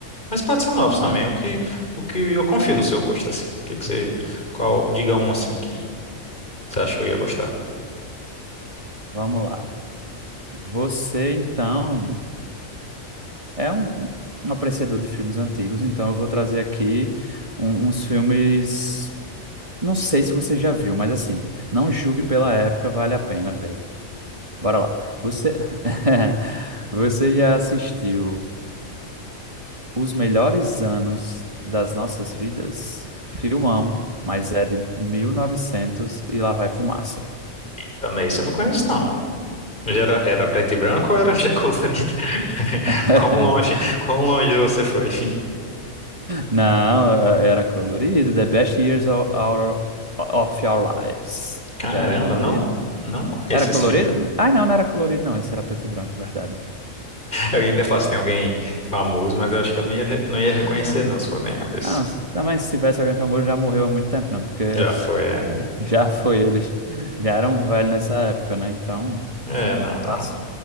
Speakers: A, on the left (about 35°); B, on the right (about 25°).
A: mas pode ser novos também,
B: Ah,
A: o que, o que eu confio no seu gosto, assim. O que que você, qual, diga um, assim, que Você acha que eu ia gostar?
B: vamos lá. Você então é um, um apreciador de filmes antigos, então eu vou trazer aqui um- uns filmes. Não sei se você já viu, mas assim, não julgue pela época, vale a pena ver. Bora lá. Você, <laughs> você já assistiu? Os melhores anos das nossas vidas. Filmão, mas é de 1900 e lá vai fumaça.
A: Também isso eu não conheço, não. Já Era, era preto e branco ou era já colorido? <laughs>
B: <laughs>
A: Quão longe, quão longe você foi?
B: Não, eh, era colorido. The best years of our, of our lives.
A: Caramba,
B: Já era colorido.
A: não, não conheço
B: Era colorido?
A: esse filme.
B: Ai, não, não era colorido, não. Esse era preto e branco, verdade.
A: Eu ainda falo se tem alguém famoso, mas eu acho que eu não ia, re- não ia
B: Ah,
A: reconhecer, não, se for nenhum desses.
B: Não, se- também se tivesse alguém famoso, já morreu há muito tempo, né? Porque
A: Já
B: <laughs>
A: foi, é.
B: já foi eles. Já eram velhos nessa época, né? Então,
A: É, não, não.
B: pass-